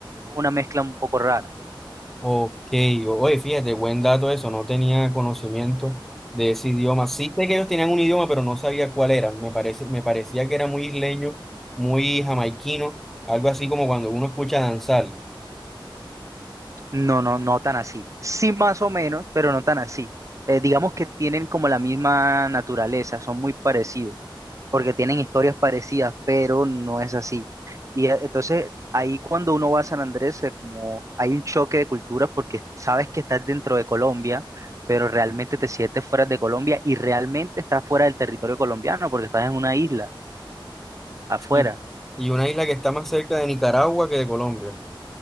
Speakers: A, on the right; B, in the centre.
A: Una mezcla un poco rara.
B: Ok, oye, fíjate, buen dato eso, no tenía conocimiento de ese idioma. Sí sé que ellos tenían un idioma, pero no sabía cuál era. Me parece, me parecía que era muy isleño, muy jamaiquino, algo así como cuando uno escucha danzar.
A: No, no, no tan así. Sí más o menos, pero no tan así. Eh, digamos que tienen como la misma naturaleza, son muy parecidos. porque tienen historias parecidas, pero no es así. Y eh, entonces ahí cuando uno va a San Andrés, eh, como hay un choque de culturas porque sabes que estás dentro de Colombia, pero realmente te sientes fuera de Colombia y realmente estás fuera del territorio colombiano porque estás en una isla afuera.
B: Sí. Y una isla que está más cerca de Nicaragua que de Colombia.